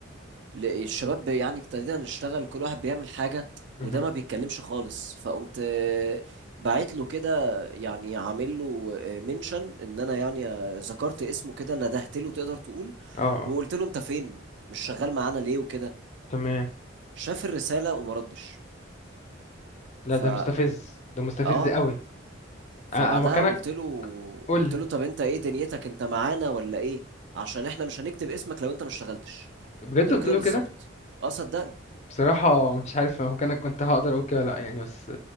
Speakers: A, on the right (about 60°); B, on the left (about 35°).
A: الشباب يعني ابتدينا نشتغل كل واحد بيعمل حاجة
B: مهم.
A: وده ما بيتكلمش خالص فقمت آه، بعت له كده يعني عامل له آه، منشن ان انا يعني آه، ذكرت اسمه كده ندهت له تقدر تقول
B: اه آه،
A: وقلت له انت فين مش شغال معانا ليه وكده
B: تمام
A: شاف الرساله وما ردش
B: لا
A: فا
B: ده مستفز ده مستفز
A: اه
B: قوي
A: فبعدها
B: انا أنا مكانك
A: قلت له
B: قول
A: قلت
B: لي
A: له طب انت ايه دنيتك انت معانا ولا ايه عشان احنا مش هنكتب اسمك لو انت ما اشتغلتش
B: بجد
A: قلت
B: قلت
A: له كده
B: له
A: بالظبط
B: كده
A: اه صدقني
B: بصراحة مش عارف أنا مكانك كنت هقدر اقول كده ولا لا يعني بس